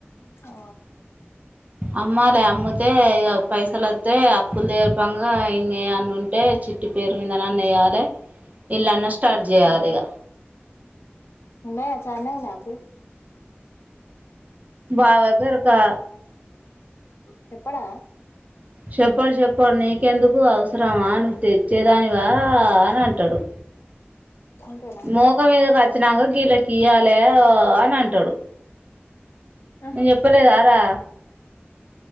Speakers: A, on the left (about 75°); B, on the right (about 35°).
A: ఓ
B: అమ్మాల అమ్ముతే ఇక పైసలు వస్తతే అప్పులు దర్పంగా ఇం అన్న ఉంటే చిట్టి పేరు మీదని అన్న వయాలి ఇల్ళన్న స్టార్ట్ చేయాలి ఇక
A: మే చన్నీళ్ళు తాపీ
B: బావాగరకా
A: చెప్పడా
B: చెప్పడు చెప్పడు నీకెందుకు అవసరమా తెచ్చేదానివా అని అంట పెట్టడు
A: అంతేనా
B: మోగం మీద గోచినాక కీల కియాల అని అంటాడు
A: ఆహా
B: నేను చెప్పలేదా రా